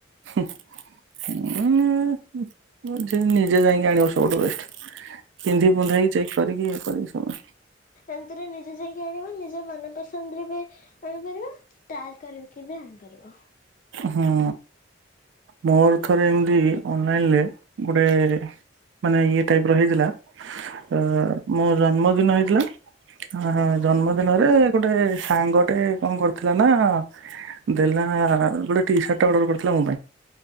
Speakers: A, on the right; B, on the left.
A: ଉଁ ନିଜେ ନିଜେ ଯାଇଁକି ଆଣିବ‌। ସବୁଠୁ ବେଷ୍ଟ। ପିନ୍ଧି ପୁନ୍ଧାକି ଚେକ୍ କରିକି କରିକି ସମୟ।
B: ଏନ୍ତିରେ ନିଜେ ଯାଇକି ଆଣିବା ନିଜ ମନ ପସନ୍ଦରେ ବି ଆଣିପାରିବା ଟ୍ରାଏଲ କରିକି ବି ଆଣିପାରିବ।
A: ହୁଁ‌ ମୋର ଥରେ ଏମିତି ଅନଲାଇନରେ ଗୋଟେ ମାନେ ଇଏ ଟାଇପର ହେଇଥିଲା ଅ ମୋ ଜନ୍ମଦିନ ହେଇଥିଲା ହୁ ହଁ ଜନ୍ମଦିନରେ
B: ହୁଁ
A: ଗୋଟେ ସାଙ୍ଗଟେ କଣ କରିଥିଲା ନାଁ ଦେଲା ଗୋଟେ ଟି ସାର୍ଟଟେ ଅର୍ଡର କରିଥିଲା ମୋ ପାଇଁ।